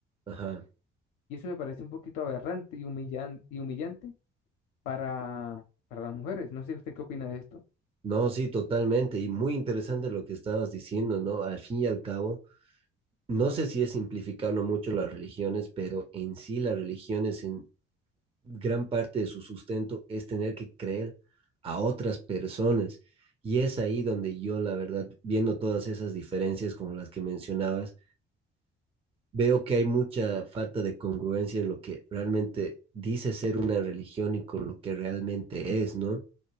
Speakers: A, on the right; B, on the left.
A: Ajá.
B: Y eso me parece un poquito aberrante y humillante, y humillante para, para las mujeres. No sé usted qué opina de esto.
A: No, sí, totalmente. Y muy interesante lo que estabas diciendo, ¿no? Al fin y al cabo, no sé si es simplificarlo mucho las religiones, pero en sí las religiones en, gran parte de su sustento es tener que creer a otras personas. Y es ahí donde yo, la verdad, viendo todas esas diferencias como las que mencionabas, veo que hay mucha falta de congruencia en lo que realmente dice ser una religión y con lo que realmente es, ¿no?